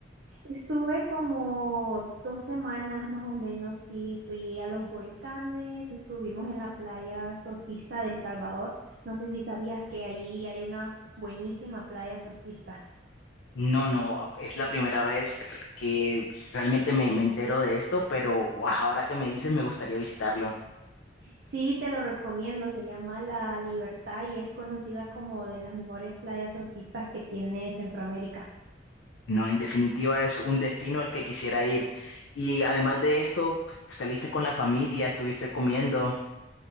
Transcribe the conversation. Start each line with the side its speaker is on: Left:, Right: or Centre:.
Right: Estuve como dos semanas más o menos, sí, fui a los volcanes, estuvimos en la playa surfista del Salvador. No sé si sabías que ahí hay una buenísima playa surfista.
Left: No, no, es la primera vez que realmente me, me entero de esto, pero guau, ahora que me dices me gustaría visitarlo.
Right: Sí, te lo recomiendo, se llama La Libertad y es conocida como de las mejores playas surfistas que tiene Centroamérica.
Left: No, en definitiva es un destino al que quisiera ir. Y además de esto, pues, saliste con la familia, estuviste comiendo.